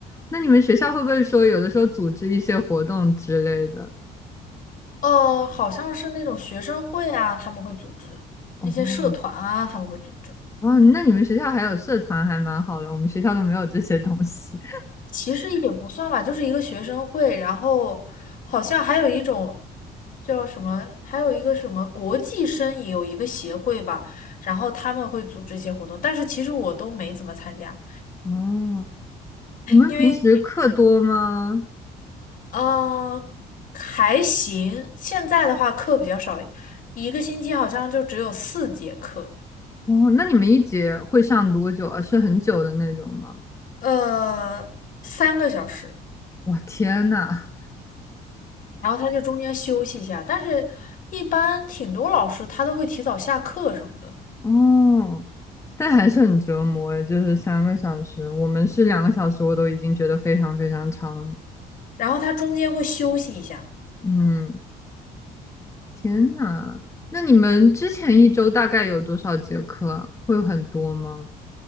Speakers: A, on the left; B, on the left.
A: 那你们学校会不会说有的时候组织一些活动之类的？
B: 呃，好像是那种学生会啊，他们会组织一些社团啊，
A: 哦，
B: 他们会组织。
A: 哦，那你们学校还有社团，还蛮好的。我们学校都没有这些东西。
B: 其实也不算吧，就是一个学生会，然后好像还有一种叫什么，还有一个什么国际生也有一个协会吧，然后他们会组织一些活动，但是其实我都没怎么参加，
A: 哦，你们平时课多吗？
B: 因为呃还行，现在的话课比较少，一个星期好像就只有四节课，
A: 哦，那你们一节会上多久啊？是很久的那种吗？
B: 呃三个小时，
A: 我天呐！
B: 然后他就中间休息一下，但是一般挺多老师他都会提早下课什么的。
A: 哦，但还是很折磨诶，就是三个小时，我们是两个小时，我都已经觉得非常非常长了
B: 然后它中间会休息一下。
A: 嗯，天呐，那你们之前一周大概有多少节课啊会有很多吗？